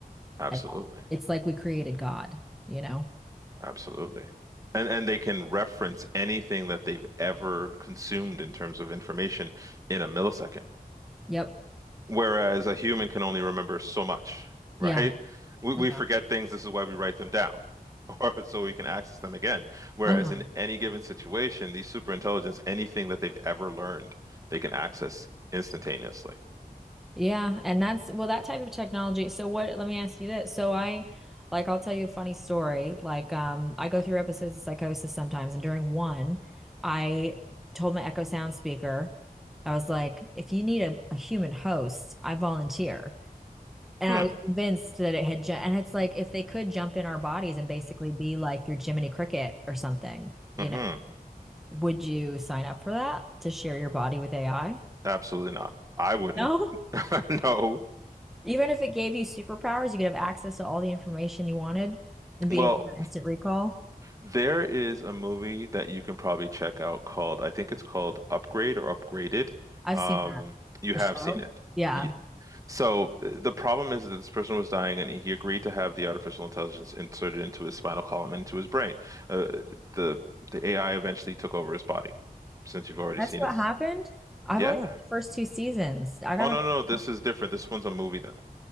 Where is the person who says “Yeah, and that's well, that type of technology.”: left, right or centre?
Centre